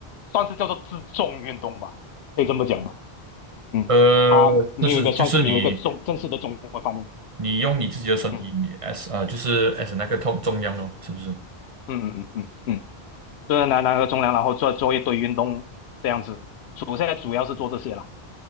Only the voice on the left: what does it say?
算是叫做自重运动吧，可以这么讲吧。嗯，
它没有一个算是没有一个重正式的中文方面，
嗯。
嗯嗯嗯嗯，就是拿拿个中粮，然后做做一堆运动这样子。主现在主要是做这些了。